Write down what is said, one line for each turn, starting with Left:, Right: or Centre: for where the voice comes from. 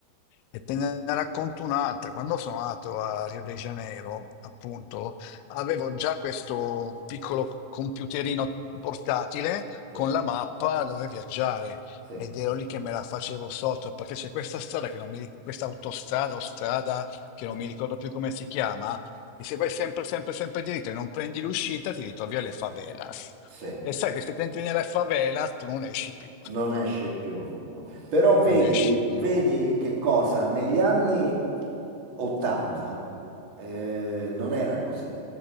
Left: E te ne racconto un'altra. Quando sono andato a Rio de Janeiro, appunto, avevo già questo piccolo computerino portatile
Right: Sì,
Left: con la mappa dove viaggiare
Right: sì,
Left: ed ero lì che me la facevo sotto perché c'è questa strada che non mi, ric- questa autostrada o strada che non mi ricordo più come si chiama, e se vai sempre, sempre, sempre diritto e non prendi l'uscita, ti ritrovi alle favelas.
Right: sì.
Left: E sai che se ti entri nella favela, tu non esci più. <laughs>
Right: Non esci più, no. Però vedi,
Left: Non esci più.
Right: vedi che cosa? Negli anni 80 eh, non era così.